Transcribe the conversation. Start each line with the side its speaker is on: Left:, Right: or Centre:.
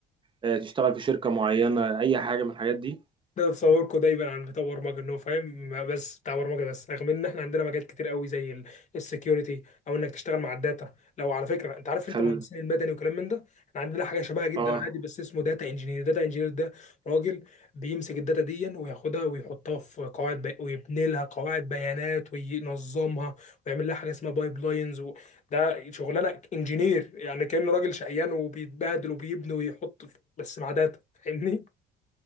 Right: آه، تشتغل في شركة معينة اي حاجة من الحاجات دي
Left: ده تصوركم دايما عن بتاع برمجه ان هو فاهم بس بتاع برمجه بس رغم ان احنا عندنا مجالات كتير قوي زي السكيورتي او انك تشتغل مع الداتا لو على فكره انت عارف انت
Right: خل
Left: مهندسين المدني وكلام من ده احنا عندنا حاجه شبهها جدا
Right: اه
Left: عادي بس اسمه داتا انجينير داتا انجينير ده راجل بيمسك الداتا دي وياخدها ويحطها في قواعد بي... ويبني لها قواعد بيانات وينظمها ويعمل لها حاجه اسمها بايب لاينز و... ده شغلانه انجينير يعني كانه راجل شقيان وبيتبادل وبيبني ويحط في- بس مع داتا فاهمني